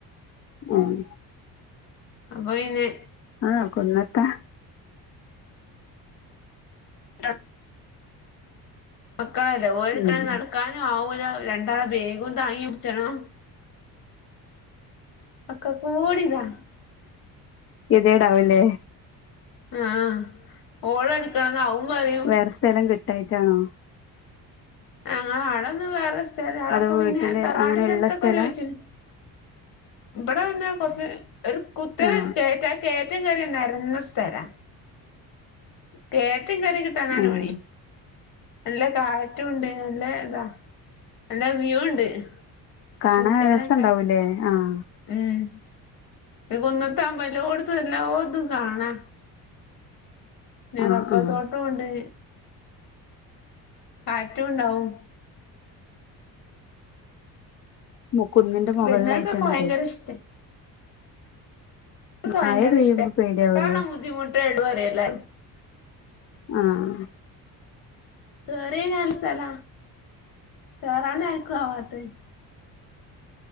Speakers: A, on the left (about 40°); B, on the left (about 60°).
A: ഉം
B: അപ്പോ പിന്നെ
A: ആഹ് കുന്നത്ത
B: ആഹ് മക്കളല്ലേ ഒക്കണ
A: ഉം
B: നടക്കാനും ആവൂല രണ്ടാളെ ബെഗം താങ്ങി പിടിച്ചണോ മക്കക്ക് കൂടിതാ
A: ഗെതിടാവില്ലേ?
B: ആഹ് ഓള എടുക്കണംന്ന് അവൻ പറയും
A: വേറെ സ്ഥലം കിട്ടായിട്ടാണോ?
B: ഞങ്ങള ആളൊന്നും വേറെ സ്ഥല
A: അതോ വീട്ടില്
B: പിന്നെ തറവാടിന്റെ
A: അങ്ങനെ ഉള്ള
B: അടുത്തൊക്കെ
A: സ്ഥലാ
B: ചോദിച്ചിന് ഇവിടെ വന്നാ കൊറച്ച് ഒരു കുത്തന
A: ആ
B: കേറ്റ ആ കയറ്റം കറിയ നിരന്ന സ്ഥലാ കേറ്റം കെറി കിട്ടന്നാണ്
A: ഉം
B: പണി. നല്ല കാറ്റും ഉണ്ട്. നല്ല ഇതാ നല്ല വ്യൂ ഉണ്ട്.
A: കാണാൻ
B: നോക്കിയാലൊക്കെ
A: രസംണ്ടാവൂല്ലേ ആഹ്
B: ഉം കുന്നത്ത ആവുമ്പോ എല്ലാടത്തു എല്ലാതും കാണാ. പിന്നെ
A: ആ
B: റബർ
A: ആ
B: തോട്ടം ഉണ്ട്. കാറ്റും ഉണ്ടാവും.
A: മുക്കുന്നിന്റെ മുകളിലായിട്ടാണ്.
B: വരുന്നവർക്കൊക്കെ
A: അതെ
B: <unintelligible> ഭയങ്കര
A: മഴ പെയ്യുമ്പോ
B: ഇഷ്ടം കേറാനുള്ള
A: പേടിയാവൂലേ
B: ബുദ്ധിമുട്ടാ എല്ലാവരും.
A: ആഹ
B: കേറിയ നല്ല സ്ഥല കേറാന് ആർക്കും ആവാത്തത്